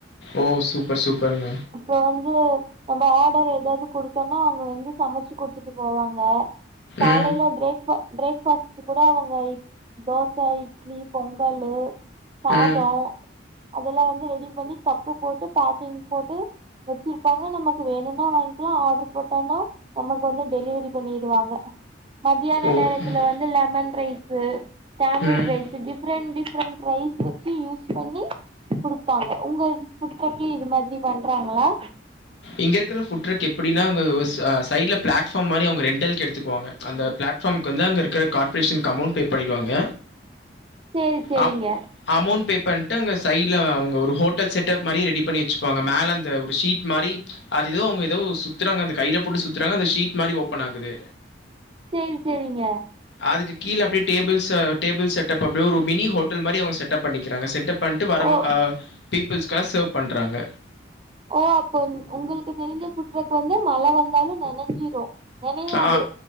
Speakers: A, on the left (about 65°); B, on the right (about 30°).
A: ஓ சுப்பர் சுப்பர்ங்க
B: இப்ப வந்து நம்ம ஆர்டர் எதாவது குடுகத்தோனா அவுங்க வந்து சமச்சு குடுத்துட்டு போவாங்க காலைல
A: ம்
B: ப்ரேக் பிரேக் பாஸ்ட் கூட அவுங்க தோச, இட்லி, பொங்கலு சாதோ
A: ம்
B: அதெல்லா வந்து ரெடி பண்ணி கப்பு போட்டு பேக்கிங் போட்டு வெச்சிருப்பாங்க நமக்கு வேணுனா வாங்கிக்கலா ஆர்டர் போட்டனா நமக்கு வந்து டெலிவரி பண்ணிடுவாங்க மதியான
A: ஓ
B: நேரத்துல
A: ம்,
B: வந்து லெமன் ரைஸ், டாமரின்
A: ம்
B: rice different different rice stick வெச்சு யூஸ் பண்ணி குடுப்பாங்க உங்க ஃபுட் ட்ரக்லயு இது மாதிரி பண்றாங்ளா?
A: இங்க இருக்கிற ஃபுட் டிரக் எப்டினா அங்க சைடுல பிளாட்ஃபார்ம் மாரி அவுங்க ரெண்ட்டல்க்கு எடுத்துக்குவாங்க அந்த பிளட்ஃபார்ம்க்கு வந்து அங்க இருக்கிற கார்ப்ரேஷனுக்கு அமௌண்ட் பே பண்ணிடுவாங்க
B: சேரி சேரிங்க
A: அம் அமௌன்ட் பே அங்க சைடுல அவுங்க ஒரு ஹோட்டல் செட்டப் மாரி ரெடி பண்ணி வேச்சுப்பாங்க மேல அந்த ஒரு ஷீட் மாரி அது எதோ அவுங்க எதோ சுத்துறாங்க அந்த கையில போட்டு சுத்துறாங்க அந்த ஷீட் மாரி ஓப்பன் ஆகுது.
B: சேரி சேரிங்க
A: அதுக்கு கீழ அப்டியே டேபிள்ஸ் அ டேபிள் செட்டப் அப்டியே ஒரு மினி ஹோட்டல் மாரி அவுங்க செட்டப் பண்ணிக்கிறாங்க செட்டப் பண்ட்டு வர
B: ஓ
A: ஆ பீப்ள்ஸ்காக செர்வ் பண்றாங்க.
B: ஓ அப்போ உங்களுக்கு தெரிஞ்ச ஃபுட்டு ட்ரக் வந்து மழை வந்தாலு நெனஞ்சிரு நெனயாது
A: ஆ